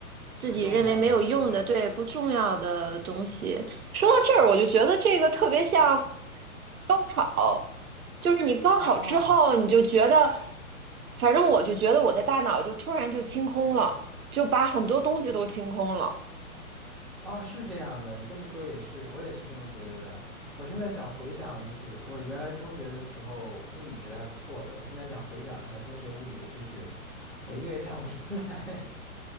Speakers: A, on the right (about 75°); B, in the centre.
A: 自己认为没有用的，
B: 不重要的知识。
A: 对，不重要的东西。说到这儿，我就觉得这个特别像高考，就是你高考之后，
B: 啊
A: 你就觉得，反正我就觉得我的大脑就突然就清空了，就把很多东西都清空了。
B: 啊，是这样的，你这么说也是，我也是这么觉得的。我现在想回想，就是我原来中学的时候物理学的还不错的，我现在想回想一下中学物理的知识，我一个也想不出来。